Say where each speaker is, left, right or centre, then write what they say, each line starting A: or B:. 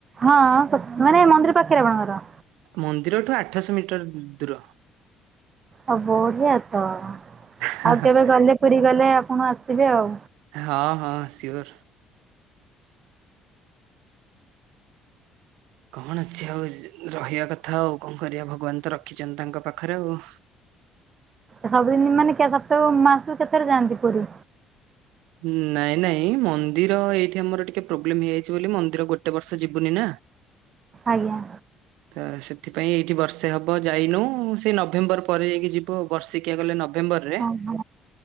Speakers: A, on the right; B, on the right.
A: ହଁ ସ ମାନେ ମନ୍ଦିର ପାଖରେ ଆପଣଙ୍କ ଘର?
B: ମନ୍ଦିରଠୁ ଆଠଶହ ମିଟର ଦୂର।
A: ଅ ବଢିଆ ତ।
B: ହାଁ
A: ଆଉ
B: ହାଁ।
A: କେବେ ଗଲେ ପୁରୀ ଗଲେ ଆପଣ ଆସିବେ ଆଉ।
B: ହଁ ହଁ ସିଓର। କଣ ଅଛି ଆଉ ର‌ ରହିବା କ ଥାଉ କଣ କରିବା ଭଗବାନ ତ ରଖିଛନ୍ତି ତାଙ୍କ ପାଖରେ ଆଉ।
A: ଆ ସବୁଦିନ ମାନେ କେ ସପ୍ତାହକୁ ମାସକୁ କେତେଥର ଯାଆନ୍ତି ପୁରୀ?
B: ହୁଁ ନାଇଁ ନାଇଁ ମନ୍ଦିର ଏଇଠି ଆମର ଟିକେ ପ୍ରୋବ୍ଲେମ ହେଇଯାଇଛି ବୋଲି, ମନ୍ଦିର ଗୋଟେ ବର୍ଷ ଯିବୁନି ନା।
A: ଆଜ୍ଞା।
B: ତ ସେଥିପାଇଁ ଏଇଠି ବର୍ଷେ ହବ ଯାଇନୁ। ସେ ନଭେମ୍ବର ପରେ ଯାଇକି ଯିବ୍ ଯିବୁଆଉ। ବର୍ଷିକିଆ ଗଲେ ନଭେମ୍ବରରେ,
A: ଓହୋ